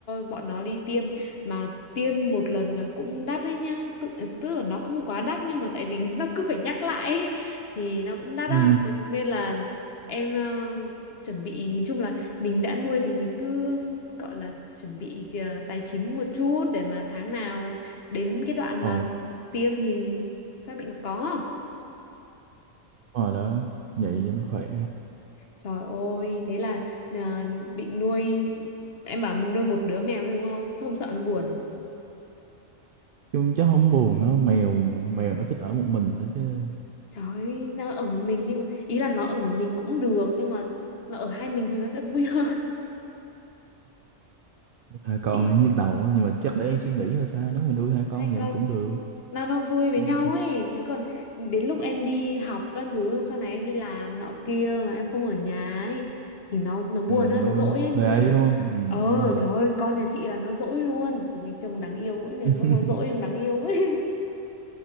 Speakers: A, on the left (about 55°); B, on the right (about 65°).
A: bọn nó đi tiêm mà tiêm một lần là cũng đắt đấy nhá tức, tức là nó không quá đắt nhưng mà tại vì <laughs> nó cứ phải nhắc lại ấy, thì nó cũng đắt á
B: ừ,
A: thế nên là em ờ, chuẩn bị nhìn chung là mình đã nuôi thì mình cứ ừm, gọi là chuẩn bị kìa, tài chính một chút để mà tháng nào đến cái đoạn
B: Ờ
A: mà
B: đúng
A: tiêm thì xác định là có
B: rồi đó vậy cho nó khỏe
A: Trời ơi, thế là à, định nuôi em bảo muốn nuôi một đứa mèo thôi đúng không? Sao không sợ nó buồn à?
B: Chung chắc không buồn đâu mèo mà. mèo nó thích ở một mình đó chứ
A: Trời ơi, nó ở một mình nhưng mà ý là nó ở một mình cũng được nhưng mà nó ở hai mình thì nó sẽ vui hơn. <laughs>
B: hai con
A: Chị
B: thì nhức đầu á nhưng mà chắc để
A: nên
B: em suy
A: như
B: nghĩ
A: là
B: là sao nếu mà nuôi hai con
A: hai
B: thì
A: con
B: em cũng được
A: nó nó vui với
B: hai
A: nhau
B: con
A: ấy chứ còn đến lúc em đi học các thứ xong sau này em đi làm nọ kia mà em không ở nhà ấy thì nó nó buồn
B: ừ,
A: á
B: đúng không?
A: nó dỗi ấy, như
B: hơi ấy
A: kiểu
B: đúng không ừ,
A: ờ
B: đúng rồi
A: trời ơi con nhà chị là nó dỗi luôn ôi trông đáng yêu ấy, nhưng
B: <laughs>
A: lúc nó dỗi trông đáng yêu ấy